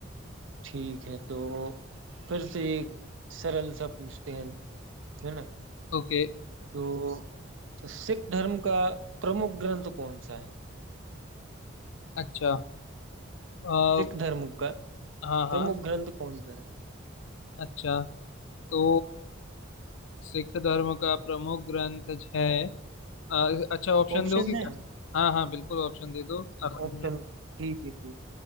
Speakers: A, on the right; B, on the left.
A: ठीक है तो फिर से एक सरल सा पूछते हैं है ना
B: ओके
A: तो, तो सिख धर्म का प्रमुख ग्रंथ कौन सा है
B: अच्छा अ,
A: सिख धर्म का
B: हाँ हाँ
A: प्रमुख ग्रंथ कौन सा है
B: अच्छा तो सिख धर्म का प्रमुख ग्रंथ ज- है अ, अच्छा ऑप्शन
A: ऑप्शन
B: दोगे क्या
A: है
B: हाँ हाँ बिल्कुल ऑप्शन दे दो आसानी
A: ऑप्शन
B: है
A: ठीक है ठीक